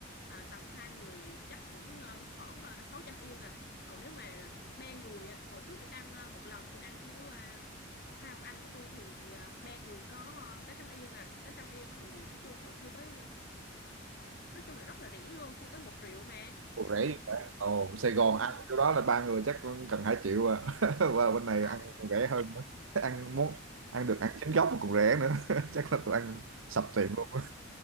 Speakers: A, on the left (about 50°); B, on the right (about 80°).
A: à, tầm hai người chắc cũng à, khoảng à, 600 yên à còn nếu mà ba người á hồi trước tôi ăn à, một lần tôi ăn với à, hai ông anh của tôi thì à, ba người có à, tới trăm yên à tới trăm yên thì nói chung là chưa tới bao nhiêu. nói chung là rất là rẻ luôn chưa tới một triệu mà
B: Ồ,
A: ừ
B: rẻ vậy ta. Ồ, Sài Gòn
A: Ừ.
B: ăn cái đó là ba người chắc cũng cần hai triệu à. <laughs> Và bên này
A: À.
B: ăn còn rẻ hơn nữa. <laughs> Ăn muốn ăn được ăn chính gốc mà còn rẻ nữa. <laughs> Chắc là tụi ăn sập tiệm luôn.